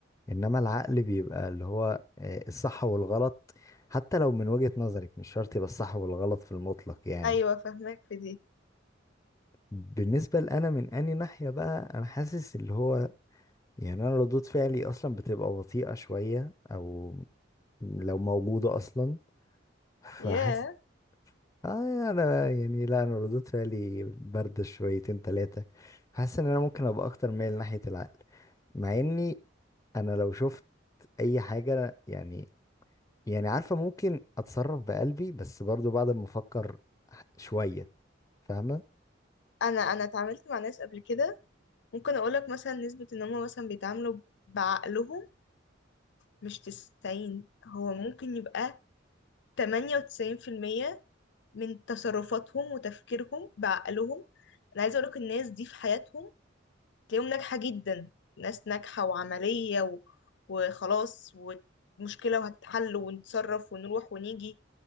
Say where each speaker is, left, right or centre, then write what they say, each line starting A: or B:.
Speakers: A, on the left; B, on the left.
A: انما العقل بيبقى اللي هو آه، الصح والغلط حتى لو من وجهة نظرك مش شرط يبقى الصح والغلط في المطلق يعني
B: ايوه فاهمك في دي
A: بالنسبة لأنا من أني ناحية بقى أنا حاسس اللي هو يعني أنا ردود فعلي أصلا بتبقى بطيئة شوية أو لو موجودة أصلا فحاسس
B: ياه
A: اه يعني انا يعني لا انا ردود فعلي بارده شويتين ثلاثه حاسس ان انا ممكن ابقى اكتر مايل ناحيه العقل مع اني انا لو شفت اي حاجه يعني يعني عارفه ممكن اتصرف بقلبي بس برضو بعد ما افكر شويه فاهمه
B: انا انا اتعاملت مع ناس قبل كده ممكن اقولك مثلا نسبه ان هما مثلا بيتعاملوا بعقلهم مش 90 هو ممكن يبقى 98% من تصرفاتهم وتفكيرهم بعقلهم انا عايزه اقولك الناس دي في حياتهم تلاقيهم ناجحه جدا ناس ناجحه وعمليه و... وخلاص ومشكله وهتتحل ونتصرف ونروح ونيجي